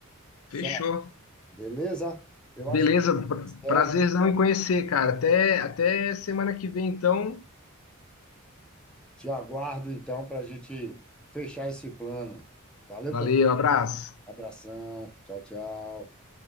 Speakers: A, in the centre; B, on the left.
A: Só,
B: Fechou.
A: beleza? Eu
B: Beleza,
A: acho
B: pra-
A: que
B: prazerzão
A: é.
B: em conhecer, cara. Até, até semana que vem, então.
A: Te aguardo então para a gente fechar esse plano. Valeu,
B: Valeu,
A: Pedro.
B: abraço.
A: Abração. Tchau, tchau.